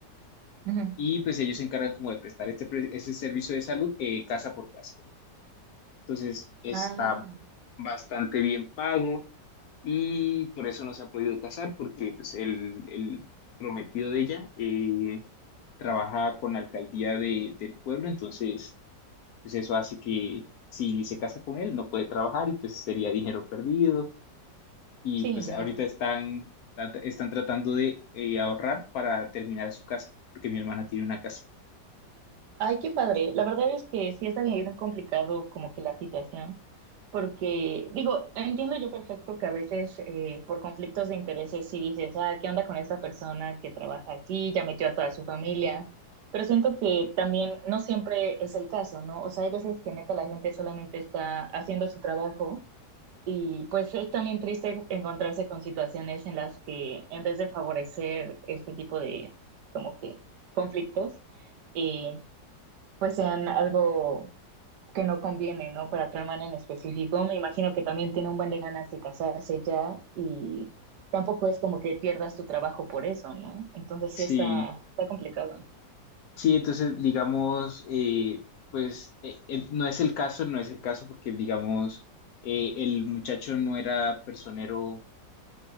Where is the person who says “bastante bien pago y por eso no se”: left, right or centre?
Left